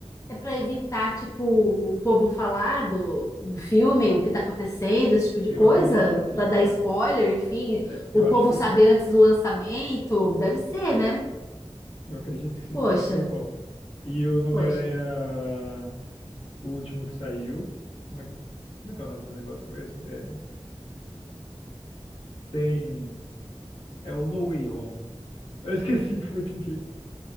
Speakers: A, on the left (about 30°); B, on the left (about 60°).
A: É para evitar, tipo, o povo falar do, do filme, o que tá acontecendo, esse tipo de
B: Eu
A: coisa,
B: acredito que sim.
A: para dar spoiler,
B: É,
A: enfim,
B: é,
A: o
B: eu
A: povo
B: acho que
A: saber
B: sim.
A: antes do lançamento, deve ser, né?
B: Eu acredito que sim,
A: Poxa,
B: que é de propósito. E o Homem-Aranha,
A: poxa.
B: o último que saiu. Como é, como é que é o nome do negócio mesmo? É, tem. É o No Way Home. Eu esqueci <laughs> em português.